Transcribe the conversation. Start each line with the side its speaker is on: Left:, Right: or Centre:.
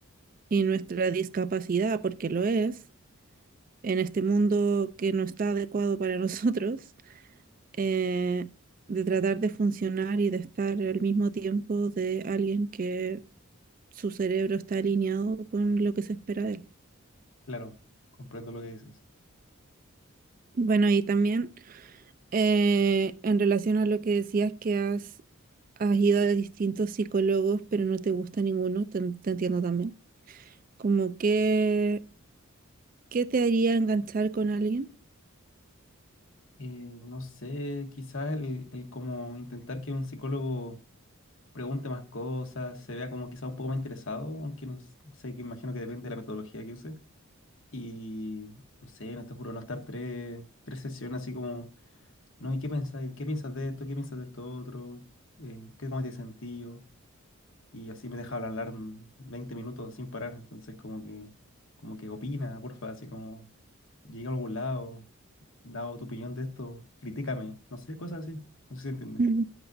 Right: y nuestra discapacidad, porque lo es, en este mundo que no está adecuado para <laughs> nosotros eh, de tratar de funcionar y de estar al mismo tiempo de alguien que su cerebro está alineado con lo que se espera de él.
Left: Claro, comprendo lo que dices.
Right: Bueno, y también eh, en relación a lo que decías que has, has ido a distintos psicólogos, pero no te gusta ninguno, te, te entiendo también. Como que, ¿qué te haría enganchar con alguien?
Left: Eh, no sé, quizás el, el como intentar que un psicólogo pregunte más cosas, se vea como quizá un poco más interesado, aunque no s- sé, que imagino que depende de la metodología que use. Y no sé, no te juro, no estar tres, tres sesiones así como, no, ¿y qué pensáis? ¿Qué piensas de esto? ¿Qué piensas de esto otro? Eh, ¿qué más tiene sentido? Y así me deja hablar mm, 20 minutos sin parar, entonces como que, como que opina, porfa, así como, llega a algún lado, dado tu opinión de esto, critícame, no sé, cosas así, no sé si entiende.
Right: Ujú.